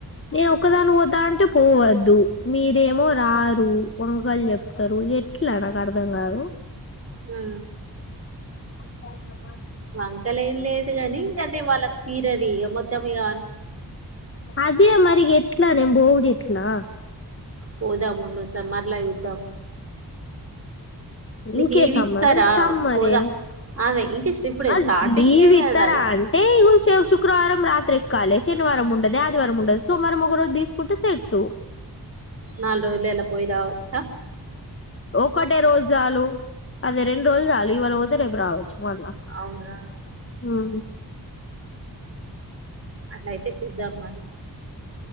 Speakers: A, on the left; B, on the right.
A: నే ఒక్కదాన్ పోతా అంటే పోవద్దు. మీరేమో రారు వంకల్ చెప్తరు ఇగ ఎట్ల నాక్ అర్థం గావు.
B: హ్
A: అవుస అ
B: వంకలేం లేదు గని ఇంకా అదే వాళ్ళక్ తీరది ఇగ మొత్తం ఇగ
A: అదే మరిగ ఎట్లా నేన్ బోవుడెట్లా
B: పోదాం ఉండు సమ్మర్ల చూద్దాం. నీకు
A: ఇంకే
B: లీవ్
A: సమ్మరు
B: ఇస్తారా
A: ఈ సమ్మరే
B: పోదా అదే ఇంకా స్ట్- ఇప్పుడే
A: ఆ
B: స్టార్టింగే
A: లీవ్
B: కదా
A: ఇత్తరా అంటే ఇగో శుక్రవారం రాత్రి కాలే శనివారం ఉండది ఆదివారం ఉండది సోమవారం ఒక రోజు తీస్కుంటే సెట్టు
B: నాలుగు రోజలల్ల పోయిరావచ్చా
A: ఒకటే రోజు చాలు అదే రెండు రోజుల్ చాలు ఇవాళ పోతే రేప్ రావచ్చు. మళ్ళ
B: అవునా
A: హ్
B: అట్లయితే చూద్దాం మరి